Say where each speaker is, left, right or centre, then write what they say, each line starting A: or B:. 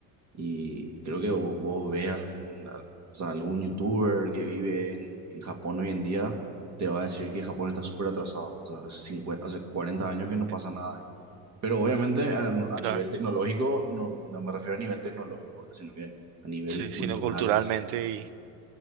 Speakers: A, on the right; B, on the right.
A: y creo que vo- vos, ves algún, o sea, algún youtuber que vive en, en Japón hoy en día, te va a decir que Japón está súper atrasado. O sea, hace 50 hace 40 años que no pasa
B: eh,
A: nada ahí. Pero obviamente a, no, a
B: claro.
A: nivel tecnológico, no, no me refiero a nivel tecnológico, ¿verdad? sino que a nivel
B: Sí,
A: cultural
B: sino culturalmente
A: en sí.